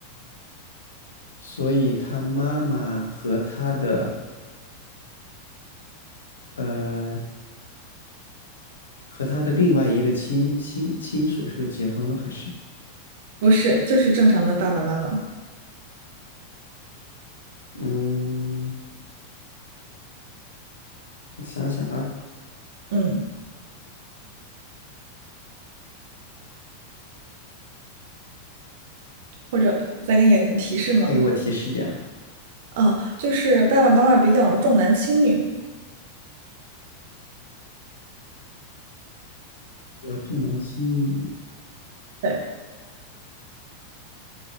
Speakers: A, on the left; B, on the right.
A: 所以他妈妈和他的呃和他的另外一个亲亲亲属是不是结婚了？还是
B: 不是，就是正常的爸爸妈妈。
A: 嗯，我想想啊，
B: 嗯。或者再给你点提示吗？
A: 再给我提示一点吧。
B: 啊，就是爸爸妈妈比较重男轻女。
A: 我重男轻女，
B: 对